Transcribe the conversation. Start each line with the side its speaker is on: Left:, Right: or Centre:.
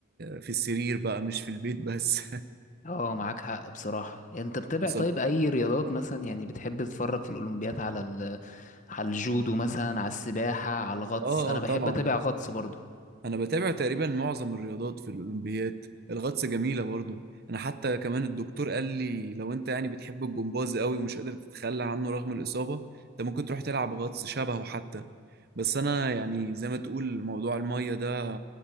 Right: في السرير بقى مش في البيت بس
Left: اه معاك حق بصراحة انت بتابع
Right: <laughs> إصابة-
Left: طيب اي رياضات مثلا يعني بتحب تتفرج في الاولمبياد على ال... على الجودو مثلا على السباحة على الغطس
Right: اه
Left: انا
Right: اه طبعا
Left: بحب اتابع غطس برضو
Right: انا بتابع تقريبا معظم الرياضات في الاولمبياد الغطس جميله برضو انا حتى كمان الدكتور قال لي لو انت يعني بتحب الجمباز قوي ومش قادر تتخلى عنه رغم الاصابه انت ممكن تروح تلعب غطس شبهه حتى بس انا يعني زي ما تقول موضوع الميه ده